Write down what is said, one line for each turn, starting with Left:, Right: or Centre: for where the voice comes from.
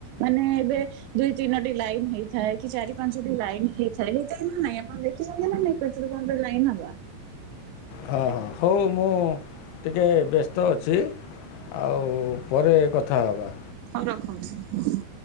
Right: ମାନେ ଏବେ ଦୁଇ ତିନୋଟି ଲାଇନ୍ ହେଇଥାଏ କି ଚାରି ପାଞ୍ଚଟି ଲାଇନ୍ ହେଇଥାଏ ହେଇଥାଏ ନା ନାଇଁ ଆପଣ ଦେଖିେଚନ୍ତି ନା ନାଇଁ। ପେଟ୍ରୋଲ ପମ୍ପରେ ଲାଇନ ହବା।
Left: ହଁ ହଉ ମୁଁ ଟିକେ ବ୍ୟସ୍ତ ଅଛି ଆଉ ପରେ କଥା ହବା।
Right: ହଉ ରଖନ୍ତୁ।